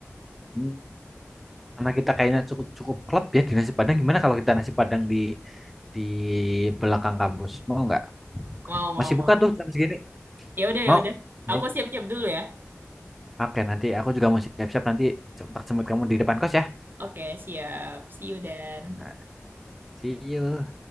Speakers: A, in the centre; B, on the right.
A: Hmm, Karena kita kayaknya cukup cukup klop ya di nasi Padang. Gimana kalau kita nasi Padang di di belakang kampus? Mau nggak?
B: Mau, mau,
A: Masih
B: mau,
A: buka
B: mau.
A: tuh jam segini?
B: Ya udah,
A: Mau?
B: ya udah.
A: Ayo.
B: Aku siap-siap dulu ya.
A: Oke, nanti aku juga mau siap-siap nanti jemput jemput kamu di depan kos ya.
B: Oke, siap. See you dan.
A: Nah, see you.